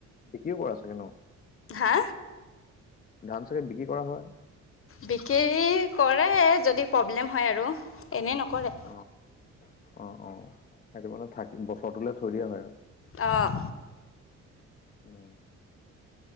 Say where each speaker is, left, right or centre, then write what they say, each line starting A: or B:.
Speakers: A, on the left; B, on the left.
A: বিক্ৰীও কৰা চাগে ন?
B: হা?
A: ধান চাগে বিক্ৰী কৰা হয়?
B: বিক্ৰী কৰে যদি প্ৰব্লেম হয় আৰু, এনেই নকৰে।
A: অ অঁ অঁ, সেইটো মানে থাকি বছৰটোলে থৈ দিয়া হয় আৰু।
B: অ'।
A: উম।